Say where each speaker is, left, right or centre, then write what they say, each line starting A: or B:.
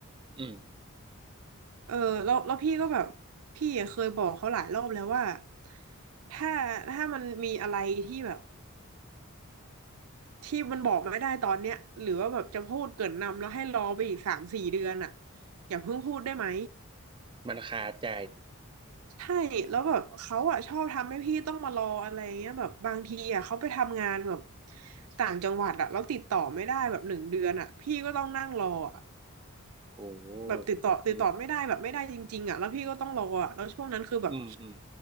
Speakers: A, on the right; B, on the right.
A: อืม
B: เออแล้วแล้วพี่ก็แบบพี่อะเคยบอกเขาหลายรอบแล้วว่าถ้าถ้ามันมีอะไรที่แบบ ที่มันบอกไม่ได้ตอนเนี้ยหรือว่าแบบจะพูดเกริ่นนำแล้วให้รอไปอีกสามสี่เดือนอ่ะอย่าเพิ่งพูดได้ไหม
A: มันคาใจ
B: ใช่แล้วแบบเขาอ่ะชอบทำให้พี่ต้องมารออะไรเงี้ยแบบบางทีอ่ะเขาไปทำงานแบบต่างจังหวัดอ่ะแล้วติดต่อไม่ได้แบบหนึ่งเดือนอ่ะพี่ก็ต้องนั่งรออะ
A: โอ้
B: แบบติดต่อติดต่อไม่ได้แบบไม่ได้จริงๆอ่ะแล้วพี่ก็ต้องรออ่ะแล้วช่วงนั้นคือแบบ
A: อืม อืมอืม